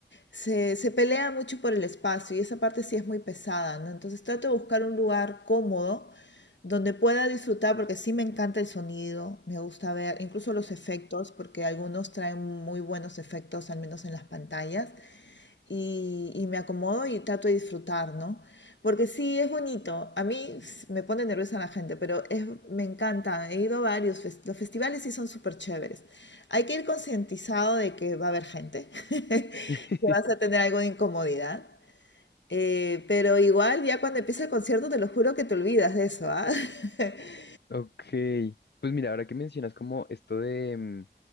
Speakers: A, on the left (about 85°); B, on the left (about 70°).
A: se, se pelea mucho por el espacio y esa parte sí es muy pesada, ¿no? Entonces trato de buscar un lugar cómodo donde pueda disfrutar, porque sí me encanta el sonido, me gusta ver incluso los efectos, porque algunos traen muy buenos efectos, al menos en las pantallas, y, y me acomodo y trato de disfrutar, ¿no? Porque sí, es bonito, a mí s- me pone nerviosa la gente, pero es, me encanta, he ido a varios, fes- los festivales sí son súper chéveres. Hay que ir concientizado de que va a haber gente, <laughs> que
B: <laughs>
A: vas a tener algo de incomodidad. eh, pero igual ya cuando empieza el concierto te lo juro que te olvidas de eso, ¿ah? <laughs>
B: Ok, pues mira, ahora que mencionas como esto de, mm,